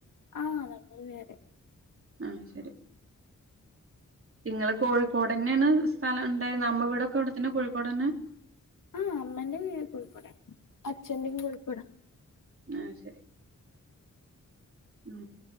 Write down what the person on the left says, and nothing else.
ആ നമ്മൾ വേറെ
ആ അമ്മന്റെ വീട് കോഴിക്കോടാ അച്ഛന്റെയും കോഴിക്കോടാ